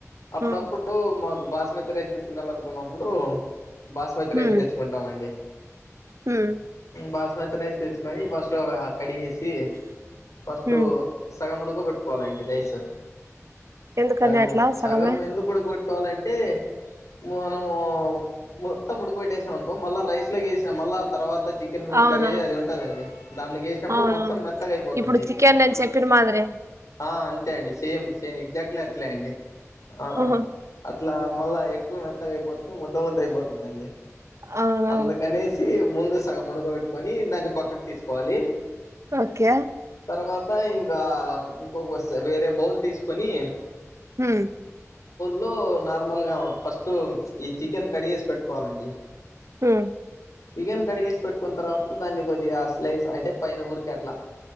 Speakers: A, on the left (about 80°); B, on the right (about 60°).
A: అప్పుడప్పుడు
B: ఆ
A: మాకు బాస్మతి రైస్ తినాలా ప్పుడు బాస్మతి
B: హ్మ్
A: రైస్ తెచ్చుకుంటాండి
B: హ్మ్
A: బా స్మతి రైస్ తెచ్చుకొని ఫాస్ట్ గా కడ్ చేసి ఫస్ట్
B: హ్మ్
A: సగం ఊడూ కోవిడ్ కోలండి రైస్
B: ఎందుకండి
A: సగము
B: అట్లా సగమే
A: సగం ఎందుకు ఉడకు పెట్టుకోవాలంటే మనమ ఓ మొత్తం ఉడికి పెట్టేస్నం అనుకో మళ్ళా రైస్ లోకేసి ఛ మల్ల తర్వాత చికెన్
B: అవునా
A: కర్రీ అది ఉంటది కదండి దాంట్ల యేసినప్పుడు
B: అవునవును
A: మొత్తం మెత్తగా అయిపోతుంది.
B: ఇప్పుడు చికెన్ నేను చెప్పిన మాదిరి
A: ఆ అంతే అండి సేమ్ సేమ్ ఎక్సట్లీ అట్లే అండి ఆమ్
B: ఆహా
A: అత్ ఇట్లా మళ్ళా ఎక్కువ మెత్తగా అయిపోతుంది మొ లోన్ ది అయిపోతుందండి
B: అవునవును
A: అందుకనేసి ముందు సగం ఉడకబెట్టుకొని దాన్ని పక్కకి తీసుకోవాలి.
B: ఓకే
A: తర్వాత ఇంకా ఇంకొక వస్తె వేరే బౌల్ తీసుకొని
B: హ్మ్
A: లో నార్మల్గా ఫస్ట్ ఈ చికెన్ కడిగేస్ పెట్టుకోవాలండి.
B: హ్మ్
A: బియ్యాన్ని కడిగేసి పెట్టుకున్న తర్వాత దాన్ని కొద్దిగా స్లైస్ అంటే పైన ఊరికే అట్లా